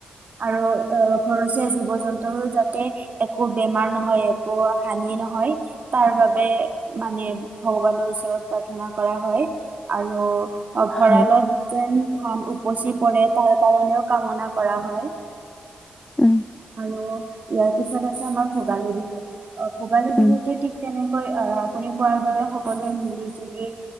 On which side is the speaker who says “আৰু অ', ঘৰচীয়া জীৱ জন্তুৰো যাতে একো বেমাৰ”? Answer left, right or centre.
Right